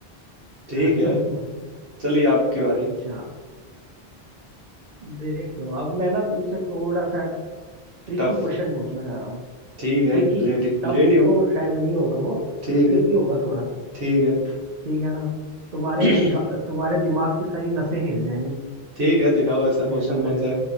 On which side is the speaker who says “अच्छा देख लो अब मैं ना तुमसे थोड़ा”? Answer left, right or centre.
Right